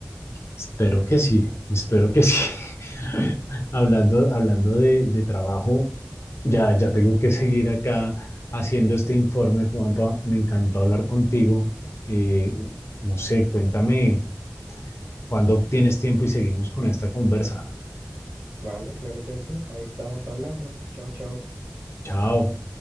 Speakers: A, on the left (about 70°); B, on the right (about 70°).
A: Espero que sí, espero que sí. <laughs> Hablando, hablando de, de trabajo, ya, ya tengo que seguir acá haciendo este informe, Juanpa. Me encantó hablar contigo. Eh, no sé, cuéntame cuándo tienes tiempo y seguimos con esta conversa.
B: <laughs> Vale, claro que sí, ahí estamos hablando. Chao, chao.
A: Chao.